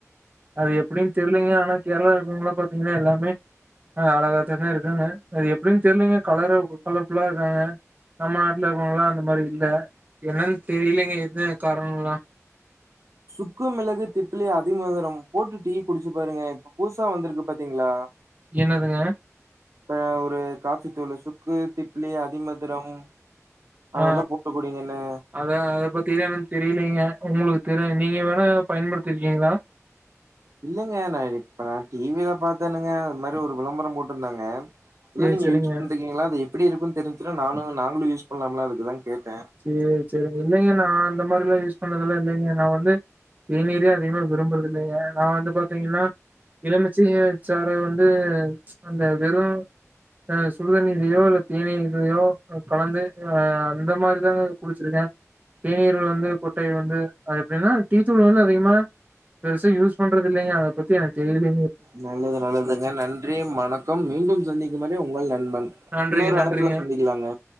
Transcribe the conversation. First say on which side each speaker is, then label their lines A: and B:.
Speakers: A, on the right; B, on the right.
A: அது எப்டின்னு தெரிலீங்க ஆனா கேரளா இருக்கவங்கள பாத்தீங்னா எல்லாமே அ அழகாத்தாக இருக்காங்க அது எப்டின்னு தெரிலீங்க கலரா கலர்ஃபுல்லா இருக்காங்க நம்ம நாட்ல இருக்கவங்கல்லா அந்த மாரி இல்ல என்னன்னு தெரியலைங்க என்ன காரணோல்லா
B: சுக்கு மிளகு திப்லி அதி மதுரம் போட்டு டீ குடிச்சி பாருங்க புதுசா வந்துருக்கு பாத்தீங்ளா
A: என்னதுங்க
B: இந்த ஒரு காஃபி தூளு சுக்கு திப்ளி அதிமதுரம் அதெல்லா
A: ஆ
B: போட்டு கூடியங்கன்னு
A: அத அதப்பத்திலான்னு தெரியலீங்க உங்ளுக்கு தெரி நீங்க வேணா பயண்படுத்திருக்கீங்ளா
B: இல்லங்க நா இப்ப நா டிவில பாத்தேனுங்க அது மாரி ஒரு விளம்பரம் போட்டுருந்தாங்க இல்ல
A: சரி,
B: நீங்க
A: சரிங்க.
B: யூஸ் பண்றிக்கீங்ளா அது எப்டி இருக்குன்னு தெரிஞ்சினா நானு நாங்களு யூஸ் பண்ணலாம்லா அதுக்குதா கேட்ட
A: சேர் சேரி இல்லைங்க நா அந்த மாரில்லா யூஸ் பண்ணதுலா இல்லைங்க நா வந்து தேநீரே அதிகமா விரும்புறது இல்லங்க நா வந்து பாத்தீங்னா எழுமிச்சிய சார வந்து அந்த வெறு அ சுடு தண்ணிலயோ இல்ல தேனீர்லயோ கலந்து அ அந்த மாரி இதுதாங்க குடிச்சிருக்க தேநீர் வந்து கொட்டை வந்து அது எப்டின்னா தீத்தூள் வந்து அதிகமா பெருசா யூஸ் பண்றது இல்லங்க அத பத்திக்கு தெரில
B: நல்லது நல்லதுங்க நன்றி வணக்கம் மீண்டும் சந்திக்கு படி உங்கள் நண்பன்
A: நன்றிங்க
B: இன்னொரு
A: நன்றிங்க
B: அழைப்புல சந்திக்கலாங்க